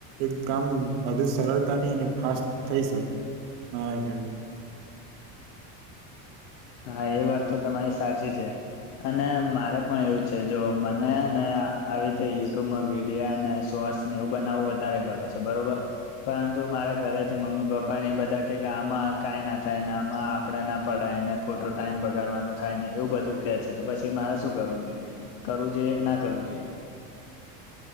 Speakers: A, on the right; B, on the left.
A: એક કામ વધુ સરળતા ની અને ફાસ થઈ શકે મારા ખયલડી
B: <inaudible> હા એ વાત તો તમારી સાચી છે અને મારે પણ એવું છે જો નયા નયા આવી રીતે યુજ ત વિડિયા અનેને સોર્ટસને એવું બનાવવું વધારે ગમે છે બરોબર પરંતુ મારા ઘરેછ મમ્મી મ્મી પપ્પા ને એ બધા કે કે આમાં કઈ ના થાય ને આમાં આપે ના પડાય ને ખોટો ટાઈમ બગાડવાનું થાય ને એવું બધું કે છે તો પછી મારે શું કરવું જોઈએ કરવું જોઈએ કે ના કરવું જોઈએ. <inaudible>